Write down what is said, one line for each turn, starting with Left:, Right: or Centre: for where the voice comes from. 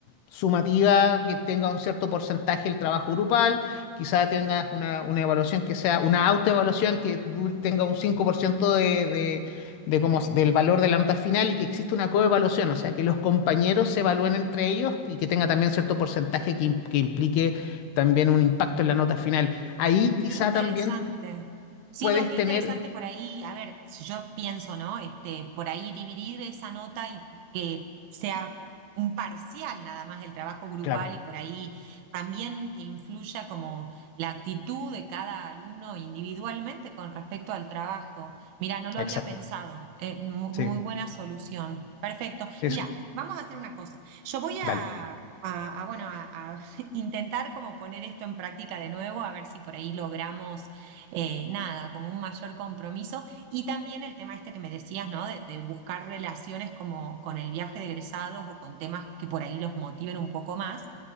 Left: sumativa, que tenga un cierto porcentaje el trabajo grupal, quizá tengas una, una evaluación que sea una autoevaluación que du- tenga un 5% de, de- de cómo, del valor de la nota final y que existe una coevaluación, o sea, que los compañeros se evalúen entre ellos y que tenga también cierto porcentaje que, im- que implique también un impacto en la nota final. Ahí quizá
Right: Qué interesante.
Left: también
Right: Sí,
Left: puedes
Right: no, qué
Left: tener...
Right: interesante por ahí. A ver, si yo pienso, ¿no? Este, por ahí dividir esa nota y que sea un parcial nada más del trabajo grupal
Left: Claro,
Right: y por ahí también que influya como la actitud de cada alumno individualmente con respecto al trabajo. Mira, no lo
Left: exacto.
Right: había pensado. Eh, mu-
Left: Sí,
Right: muy buena solución. Perfecto.
Left: sí,
Right: Mira,
Left: eso.
Right: vamos a hacer una cosa. Yo voy a,
Left: Dale.
Right: a, a, bueno, a intentar como poner esto en práctica de nuevo, a ver si por ahí logramos eh, nada, como un mayor compromiso. Y también el tema este que me decías, ¿no? De, de buscar relaciones como con el viaje de egresados o con temas que por ahí los motiven un poco más.